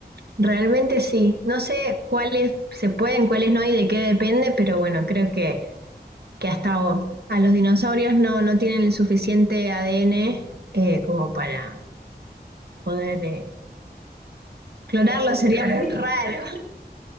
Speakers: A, on the right (about 70°); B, on the left (about 60°).
A: realmente sí. No sé cuáles se pueden, cuáles no y de qué depende, pero bueno, creo que, que hasta o- a los dinosaurios no, no tienen el suficiente ADN eh, como para poder eh, clonarlos.
B: traerlos,
A: Sería
B: <laughs>
A: muy
B: sí.
A: raro.
B: <laughs>